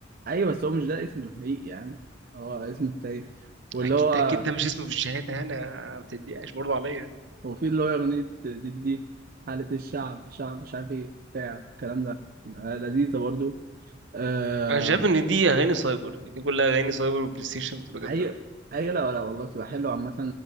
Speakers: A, on the right; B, on the right.
A: ايوه بس هو مش ده اسمه الحقيقي يعني هو اسمه التاني واللي
B: اكيد
A: هو
B: اكيد ده مش اسمه في الشهاده انا ما بتضايقش برضه عليا
A: وفي اللي هو اغنية دي دي حالة الشعب شعب مش عارف ايه بتاع الكلام ده آه لذيذة برضو آه...
B: انا شايف ان دي اغاني سايبر يعني دي كلها اغاني سايبر والبلاي ستيشن بتبقى جامده
A: اي
B: قوي
A: اي لا لا والله بتبقى حلوة عامة